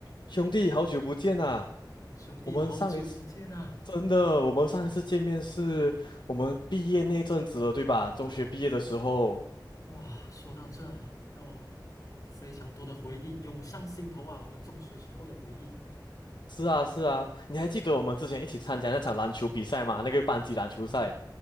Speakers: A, on the left; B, on the left.
A: 兄弟，好久不见啊！
B: 兄弟，
A: 我们上一次
B: 好久不见啊！
A: 真的，我们上一次见面是我们毕业那阵子了，对吧？中学毕业的时候。
B: 哇，说到这，让我非常多的回忆涌上心头啊，我们中学时候的回忆。
A: 是啊，是啊，你还记得我们之前一起参加那场篮球比赛吗？那个班级篮球赛。